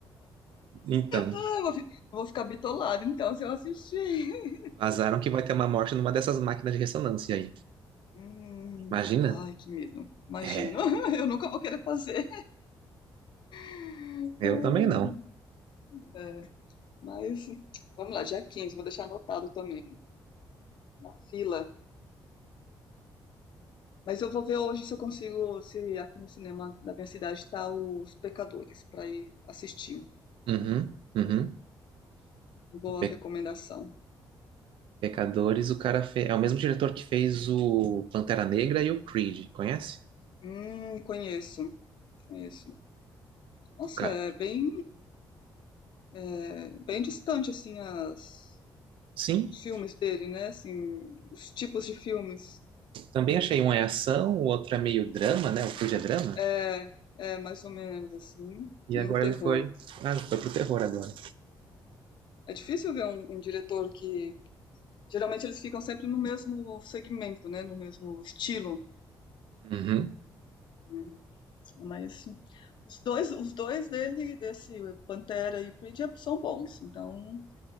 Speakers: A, on the right; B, on the left.
A: Então,
B: Ah, eu vou, fi- eu vou ficar bitolada então se eu assistir. <laughs>
A: vazaram que vai ter uma morte numa dessas máquinas de ressonância aí.
B: Hum,
A: Imagina?
B: ai, que medo. Imagino.
A: É,
B: <laughs> Eu nunca vou querer fazer. Ai,
A: eu também não.
B: é, mas vamos lá, dia 15 vou deixar anotado também. Na fila. Mas eu vou ver hoje se eu consigo, se aqui no cinema da minha cidade está Os Pecadores, para ir assistir.
A: Uhum, uhum.
B: Boa
A: Pe-
B: recomendação.
A: Pecadores, o cara fez. É o mesmo diretor que fez o Pantera Negra e o Creed, conhece?
B: Hum, conheço, conheço. Nossa,
A: O cara.
B: é bem, é, bem distante, assim, as,
A: Sim,
B: os filmes dele, né? Assim, os tipos de filmes.
A: também achei um é ação, o outro é meio drama, né? O Creed é drama.
B: É, é, mais ou menos, assim.
A: E
B: E
A: agora
B: um terror.
A: ele foi. Ah, foi pro terror agora.
B: É difícil ver um, um diretor que... Geralmente eles ficam sempre no mesmo segmento, né? No mesmo estilo.
A: Uhum.
B: né? Mas os dois, os dois dele, desse Pantera e Creed, são bons. Então,